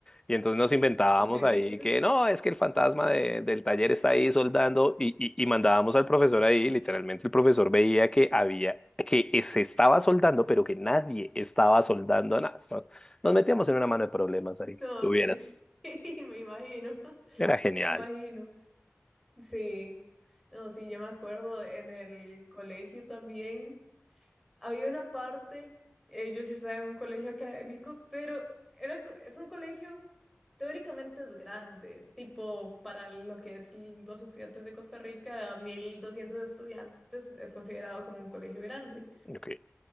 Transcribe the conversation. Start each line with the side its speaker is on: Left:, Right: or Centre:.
Left: y entonces nos inventábamos
Centre: ¿en serio?
Left: ahí que no, es que el fantasma de- del taller está ahí soldando y, y- y mandábamos al profesor ahí, literalmente el profesor veía que había, que e, se estaba soldando, pero que nadie estaba soldando nada. So- Nos metíamos en una mano de problemas ahí.
Centre: No,
Left: Tuvieras.
Centre: sí, <laughs> me imagino, <laughs>
Left: Era genial.
Centre: me imagino. Sí, no, sí, yo me acuerdo en el colegio también. Había una parte, eh, yo sí estaba en un colegio académico, pero era, co- es un colegio teóricamente es grande, tipo para lo que es los estudiantes de Costa Rica, 1200 estudiantes es considerado como un colegio grande.
Left: Ok,